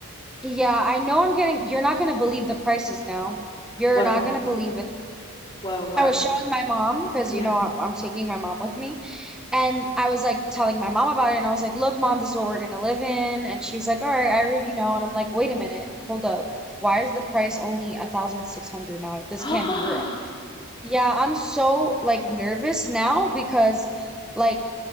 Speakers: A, in the centre; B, on the left.
A: Yeah, I know I'm getting, you're not going to believe the prices now. You're
B: What
A: not
B: are they?
A: going to believe it.
B: Whoa, whoa.
A: I was showing my mom because,
B: Yeah.
A: you know, I, I'm taking my mom with me. And I was like telling my mom about it. And I was like, look, mom, this is what we're going to live in. And she's like, all right, I already know. And I'm like, wait a minute. Hold up. Why is the price only a 1,600 now? This can't
B: <gasps>
A: be real. Yeah, I'm so like nervous now because like